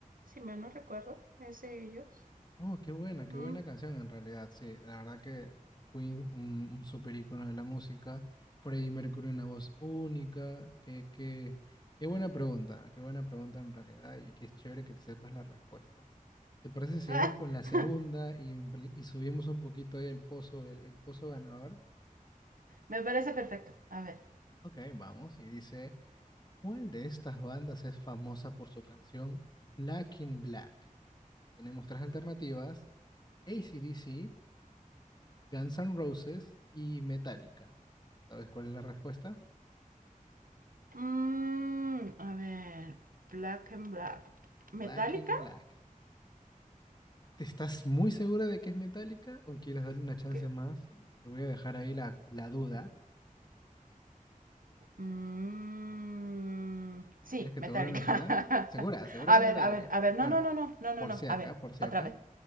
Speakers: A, on the right; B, on the left.
A: Si mal no recuerdo, es de ellos.
B: Oh, qué buena, qué
A: Mm.
B: buena canción en realidad, sí, la verdad que Queen, un, un súper ícono de la música, Freddie Mercury, una voz única, qué, qué, qué buena pregunta, qué buena pregunta en realidad y qué chévere que te sepas la respuesta. ¿Te parece si seguimos
A: <laughs>
B: con la segunda y, empli- y subimos un poquito ahí el pozo, el el pozo ganador?
A: me parece perfecto. A ver.
B: Ok, vamos. Y dice, ¿cuál de estas bandas es famosa por su canción Black in Black? Tenemos tres alternativas, AC/DC, Guns N' Roses y Metallica. ¿Sabes cuál es la respuesta?
A: Mm, a ver. Black and Black. ¿Metallica?
B: Black in Black. ¿Te estás muy segura de que es Metallica o quieres darle una chance
A: ¿Qué?
B: más? Te voy a dejar ahí la, la duda.
A: Mm, sí,
B: ¿Quieres que
A: Metallica.
B: te vuelva a mencionar?
A: <laughs>
B: Segura, segura
A: a
B: que
A: ver,
B: Metallica.
A: a ver, a ver. No,
B: Bueno,
A: no, no, no, no, no,
B: por
A: no.
B: si acá,
A: A ver,
B: por si
A: otra
B: acá.
A: vez.